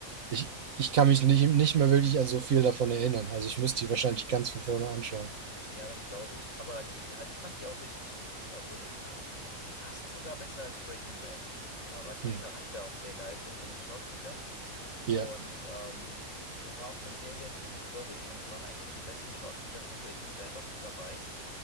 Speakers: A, on the right; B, on the left.
A: ich, ich kann mich nicht, nicht mehr wirklich an so viel davon erinnern. Also ich müsste die wahrscheinlich ganz von vorne anschauen.
B: Ja, das glaube ich. Aber die, also ich fand die auch richtig gut. Also das äh, d- fast sogar besser als Breaking Bad. Äh, Weil ich den
A: Hm.
B: Charakter auch sehr geil finde und den Schauspieler.
A: Ja.
B: Und ähm, die, war auch eine sehr, sehr coole Story. Und es waren eigentlich so die besten Schauspieler von Breaking Bad auch mit dabei.